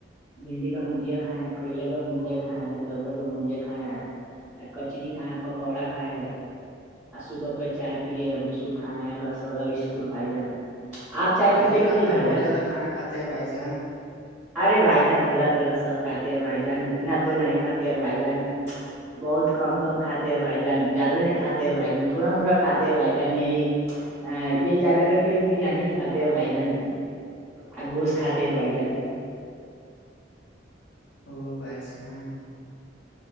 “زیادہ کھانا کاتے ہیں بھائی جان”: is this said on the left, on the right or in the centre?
Left